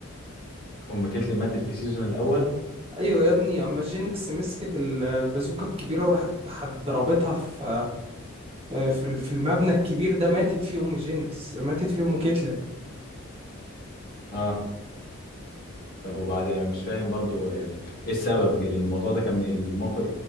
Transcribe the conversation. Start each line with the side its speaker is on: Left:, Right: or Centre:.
Left: ام كيتلين ماتت في السيزون الاول
Right: أيوه يا ابني أما جينكس مسكت ال- البازوكة الكبيرة وراحت حد- ضربتها في آه، في ال- في المبنى الكبير ده ماتت فيه ام جينكس ماتت فيه ام كيتلين
Left: اه طب وبعدين مش فاهم برضو يعني ايه السبب الموضوع ده كان الموقف